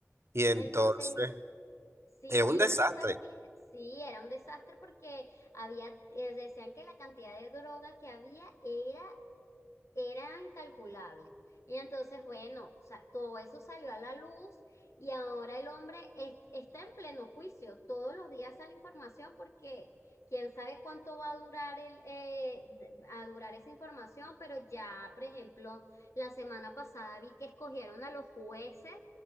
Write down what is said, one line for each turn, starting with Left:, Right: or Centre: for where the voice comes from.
Right: Y entonces,
Left: Entonces, sí,
Right: es un
Left: iban
Right: desastre.
Left: a esas fiestas. Sí, era un desastre porque había, eh, decían que la cantidad de droga que había era era incalculable. Y entonces, bueno, o sea, todo eso salió a la luz y ahora el hombre es- está en pleno juicio. Todos los días sale información porque quién sabe cuánto va a durar el, eh, de- a durar esa información, pero ya, por ejemplo, la semana pasada vi que escogieron a los jueces